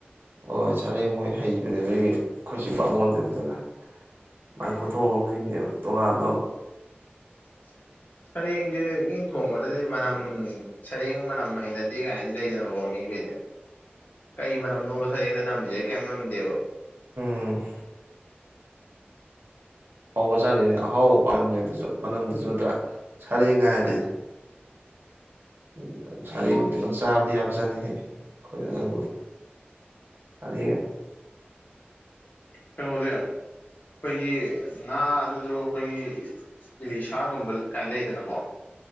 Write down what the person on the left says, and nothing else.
ꯎꯝ
<inaudible> ꯁꯔꯦꯡꯁꯦ ꯃꯤ ꯊꯣꯡꯕꯗꯗꯤ ꯃꯅꯝ ꯁꯔꯦꯡ ꯃꯅꯝ ꯍꯩꯅꯗꯦ ꯀꯥꯏꯅꯗꯤ ꯂꯩꯗꯅ ꯃꯤꯈꯩꯗ ꯀꯩ ꯃꯔꯅꯝꯅꯣꯕ ꯁꯔꯦꯡꯗ ꯅꯝꯃꯤꯁꯦ ꯀꯩꯝ ꯅꯝꯗꯦꯕ
ꯎꯝ
ꯀꯩꯅꯣꯗꯤ ꯑꯩꯈꯣꯏꯒꯤ ꯉꯥ ꯑꯗꯨꯗ ꯑꯩꯈꯣꯏꯒꯤ ꯏꯂꯤꯁꯥꯒꯨꯝꯕ ꯀꯥꯏ ꯂꯩꯗꯅꯀꯣ